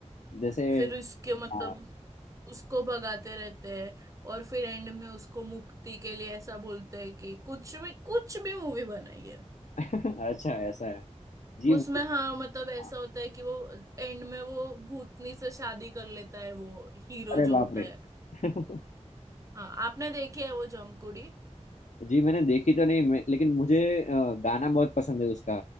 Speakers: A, on the left; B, on the right.
A: जैसे
B: फिर इसके मतलब
A: हाँ
B: उसको भगाते रहते हैं और फिर एंड में उसको मुक्ति के लिए ऐसा बोलते हैं कि कुछ भी कुछ भी मूवी बनाई है
A: <laughs> अच्छा ऐसा है जी
B: उसमें
A: मुझे
B: हाँ मतलब ऐसा
A: हाँ,
B: होता है कि वो एंड में वो भूतनी से शादी कर लेता है वो हीरो
A: अरे
B: जो
A: बाप
B: होता
A: रे
B: है
A: <laughs>
B: हाँ आपने देखी है वो जमकुड़ी
A: जी मैंने देखी तो नहीं मैं, लेकिन मुझे अ, गाना बहुत पसंद है उसका